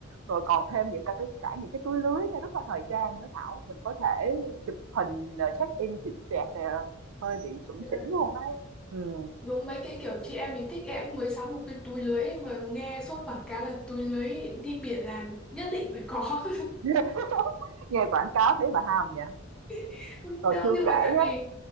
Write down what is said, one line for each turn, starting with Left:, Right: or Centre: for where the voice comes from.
Right: rồi còn thêm những cả cái cả những cái túi lưới nghe rất là thời trang nữa Thảo, mình có thể chụp hình, ờ, check-in chụp choẹt nè, hơi bị chuẩn
Centre: Thế là
Right: chỉnh luôn đấy. Ừm,
Centre: đúng mấy cái kiểu chị em mình thích em cũng mới sắm một cái túi lưới mà nghe suốt quảng cáo là túi lưới đi biển là nhất định phải có
Right: <laughs> nghe quảng cáo thấy mà ham vậy.
Centre: <laughs>
Right: Rồi
Centre: đeo
Right: chưa
Centre: nhưng
Right: kể
Centre: mà tại vì
Right: á